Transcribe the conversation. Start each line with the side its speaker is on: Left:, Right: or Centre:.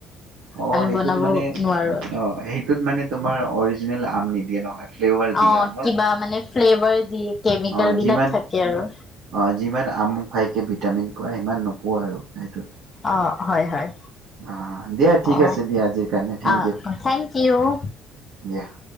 Right: অঁ
Left: আমি
Right: সেইটোত
Left: বনাব
Right: মানে
Left: নোৱাৰো
Right: অঁ সেইটোত মানে তোমাৰ অৰিজিনেল আম নি দিয়ে নহয় ফ্লেভাৰ দিয়ে
Left: অ
Right: আমৰ
Left: কিবা মানে ফ্লেভাৰ দিয়ে কেমিকেল
Right: অ
Left: বিলাক
Right: যিমান
Left: থাকে আৰু
Right: অ যিমান আম খাইকে ভিটামিন পোৱা ইমান নোপোৱা আৰু সেইটোত
Left: অঁ হয় হয়
Right: অ দিয়া ঠিক
Left: অ
Right: আছে দিয়া আজিৰ কাৰণে থেংক
Left: অ
Right: ইউ
Left: থেংক ইউ
Right: দিয়া। <inaudible>